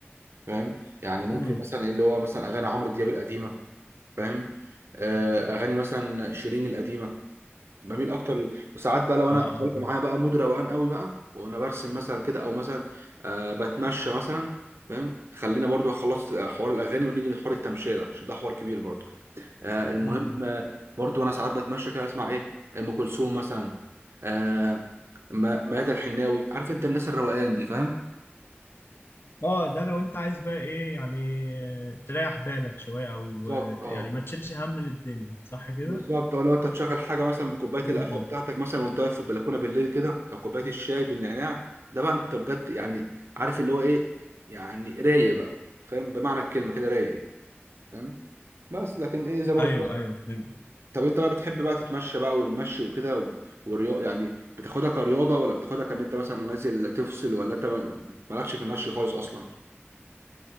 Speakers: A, on the right; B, on the left.
A: فاهم يعني ممكن
B: امم
A: مثلا ايه اللي هو مثلا اغاني عمرو دياب القديمه فاهم آه اغاني مثلا شيرين القديمه بميل اكتر ل... وساعات بقى لو انا
B: اه
A: طالب
B: اه
A: معايا بقى مود روقان قوي بقى وانا برسم مثلا كده او مثلا آه بتمشى مثلا فاهم خلينا برضو خلصت حوار الاغاني ونيجي لحوار التمشيه ده عشان ده حوار كبير برضو آه، المهم
B: م- م.
A: آه، برضو انا ساعات بتمشى كده اسمع ايه ام كلثوم مثلا آه، م- ميادة الحناوي عارف انت الناس الروقان دي فاهم
B: اه ده لو انت عايز بقى ايه يعني آه، تريح بالك شويه او
A: بالظبط
B: آه،
A: اه
B: يعني ما تشيلش هم للدنيا صح كده
A: بالظبط اه لو انت تشغل حاجه مثلا بكوبايه
B: امم
A: القهوه بتاعتك مثلا وانت واقف في البلكونه بالليل كده او كوبايه الشاي بالنعناع ده بقى انت بجد يعني عارف اللي هو ايه يعني رايق بقى فاهم بمعنى الكلمه كده رايق فاهم بس لكن ايه زي ما
B: ايوه
A: قلت
B: ايوه فهمت
A: طب انت بقى بتحب بقى تتمشى بقى والمشي وكده والرياضة يعني بتاخدها كرياضة ولا بتاخدها كان انت مثلا نازل تفصل ولا انت ما- مالكش في المشي خالص اصلا